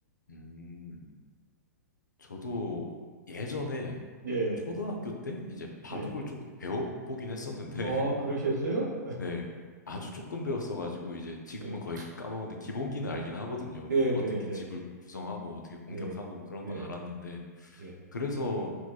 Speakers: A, on the left (about 80°); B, on the right (about 85°).
A: 음, 저도 예전에
B: 예,
A: 초등학교 때 이제 바둑을
B: 예.
A: 조금 배워보긴 했었는데
B: 어
A: <laughs>
B: 그러셨어요?
A: 네, 아주 조금 배웠어 가지고 이제 지금은
B: 예.
A: 거의 까먹었는데 기본기는 알긴 하거든요.
B: 네,
A: 뭐 어떻게
B: 네, 네,
A: 집을 구성하고 어떻게 공격하고
B: 네,
A: 그런
B: 네,
A: 건 알았는데
B: 예.
A: 그래서